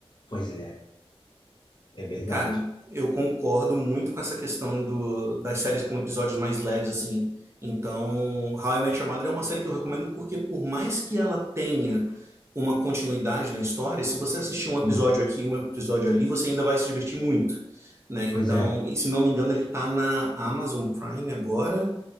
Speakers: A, on the left (about 45°); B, on the right (about 25°).
A: Pois é, é verdade.
B: Cara, eu concordo muito com essa questão do, das séries com episódios mais leves, assim. Então, How I Met Your Mother é uma série que eu recomendo porque, por mais que ela tenha uma continuidade na história, se você assistir um episódio
A: Sim,
B: aqui, um episódio ali, você ainda vai se divertir muito, né? Então,
A: pois é.
B: e se não me engano, ele tá na Amazon Prime agora